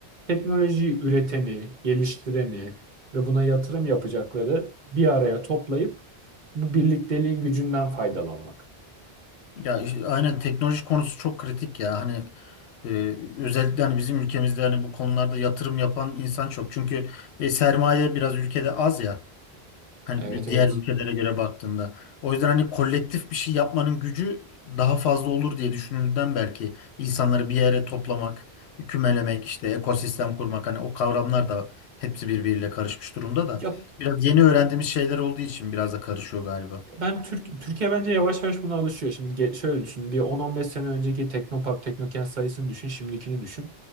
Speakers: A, on the right; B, on the left.
A: teknolojiyi üreteni, geliştireni ve buna yatırım yapacakları bir araya toplayıp bu birlikteliğin gücünden faydalanmak.
B: Ya işte aynen teknoloji konusu çok kritik ya. Hani e, özellikle hani bizim ülkemizde hani bu konularda yatırım yapan insan çok. Çünkü e, sermaye biraz ülkede az ya. Hani
A: Evet
B: diğer
A: evet.
B: ülkelere göre baktığında. O yüzden hani kolektif bir şey yapmanın gücü daha fazla olur diye düşünüldüğünden belki insanları bir yere toplamak, kümelemek, işte ekosistem kurmak hani o kavramlar da hepsi birbiriyle karışmış durumda da.
A: Ya
B: Biraz yeni öğrendiğimiz şeyler olduğu için biraz da karışıyor galiba.
A: Ben Türk Türkiye bence yavaş yavaş buna alışıyor. Şimdi ge- şöyle düşün. Bir 10-15 sene önceki Teknopark, Teknokent sayısını düşün, şimdikini düşün.